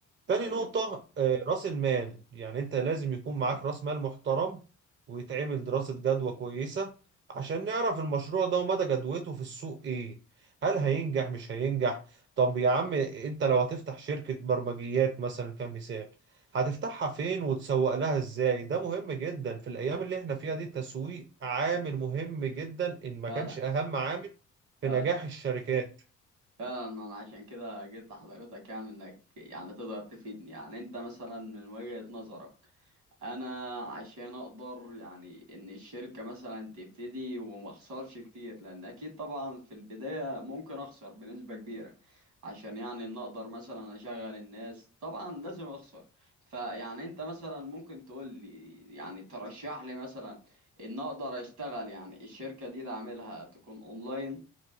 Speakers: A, on the right (about 40°); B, on the right (about 70°).
A: تاني
B: ايوه
A: نقطة آه، راس المال يعني انت لازم يكون معاك راس مال محترم ويتعمل دراسة جدوى كويسة عشان نعرف المشروع ده ومدى جدوته في السوق ايه هل هينجح مش هينجح طب يا عم انت لو هتفتح شركة برمجيات مثلا كمثال هتفتحها فين وتسوق لها ازاي ده مهم جدا في الايام اللي احنا فيها دي التسويق عامل مهم جدا ان ما
B: فعلا
A: كانش اهم عامل في
B: فعلا
A: نجاح الشركات
B: فعلا ما انا عشان كده جيت لحضرتك يعني انك يعني تقدر تفيدني يعني انت مثلا من وجهة نظرك انا عشان اقدر يعني ان الشركة مثلا تبتدي وما اخسرش كتير لان اكيد طبعا في البداية ممكن اخسر بنسبة كبيرة عشان يعني ان اقدر مثلا اشغل الناس طبعا لازم اخسر فيعني انت مثلا ممكن تقول لي يعني ترشح لي مثلا ان اقدر اشتغل يعني الشركة دي ده اعملها تكون اونلاين